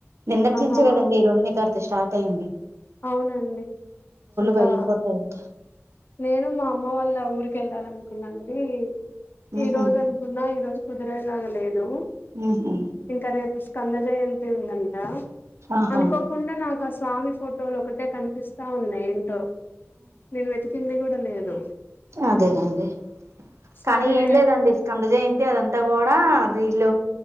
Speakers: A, on the right (about 70°); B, on the left (about 45°).
A: నిన్నట్
B: ఆహా
A: నుంచి కదండి ఈ రోహిణీ కర్త స్టార్ట్ అయ్యింది
B: అవునండి ఇంకా
A: పగిలిపోతాయంట
B: నేను మా అమ్మ వాళ్ళ ఊరికి వెళ్ళాలనుకున్నాండి
A: ఉహు
B: ఈ రోజు కున్నా ఈ రోజు కుదిరేలాగా లేదు
A: ఉహు
B: ఇంకా రేపు స్కంద జయంతి ఉందంట
A: ఆహా
B: అనుకోకుండా నాకు ఆ స్వామి ఫోటోలు ఒకటే కనిపిస్తా ఉన్నాయి ఏంటో నేను వెతికింది కూడా లేదు
A: అదేనండి
B: సరే
A: కానీ ఏం లేదండి కంద జయంతి అదంతా కూడా ఇల్ళ